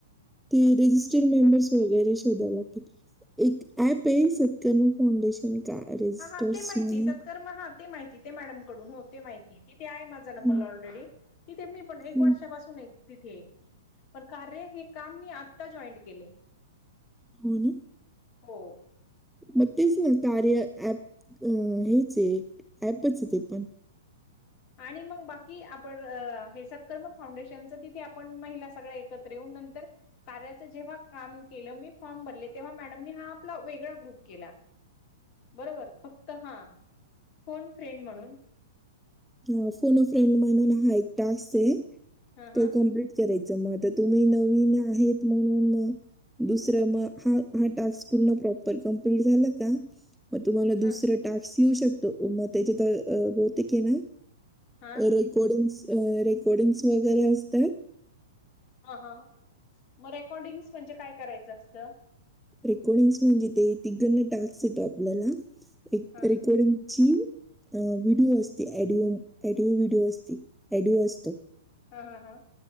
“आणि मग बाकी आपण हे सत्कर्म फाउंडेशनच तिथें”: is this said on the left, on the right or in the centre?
Left